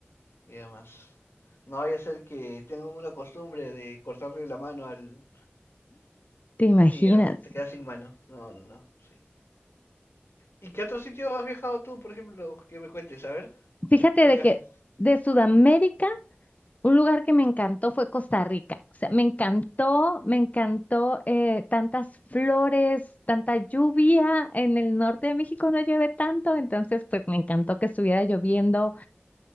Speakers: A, on the left (about 80°); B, on the left (about 40°).
A: y demás. No vaya a ser que tengan una costumbre de cortarle la mano al,
B: ¿Te imaginas?
A: Y ya, te quedas sin mano. No, no, no. Sí. ¿Y qué otro sitio has viajado tú, por ejemplo, que me cuentes? A ver,
B: Fíjate
A: ¿qué viajes?
B: de que de Sudamérica. Un lugar que me encantó fue Costa Rica. O sea, me encantó, me encantó eh, tantas flores, tanta lluvia. En el norte de México no llueve tanto, entonces pues me encantó que estuviera lloviendo.